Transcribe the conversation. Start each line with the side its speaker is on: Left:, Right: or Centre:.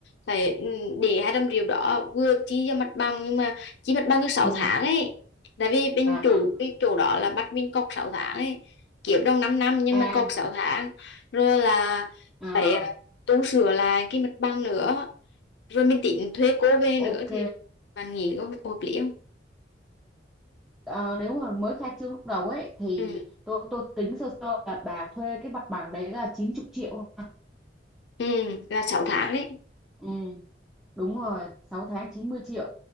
Left: phải ừ, để 200 triệu đó vừa chi cho mặt bằng nhưng mà chi mặt bằng được sáu
Centre: ừ.
Left: tháng ấy tại vì bên
Centre: à,
Left: chủ cái chỗ đó là bắt mình cọc 6 tháng ấy kiếm trong 5 năm nhưng
Centre: à,
Left: mà cọc 6 tháng rồi là
Centre: à,
Left: phải ờ, tu sửa lại cái mặt bằng nữa rồi mình tính thuê cô về
Centre: ok
Left: nữa thì bạn nghĩ có hợp hợp lý không
Centre: Ờ, nếu mà mới khai trương lúc đầu ấy thì
Left: ừ
Centre: tôi tôi tính sơ sơ là bà thuê cái mặt bằng đấy là 90 triệu
Left: ừ là 6 tháng đấy
Centre: ừ. đúng rồi 6 tháng 90 triệu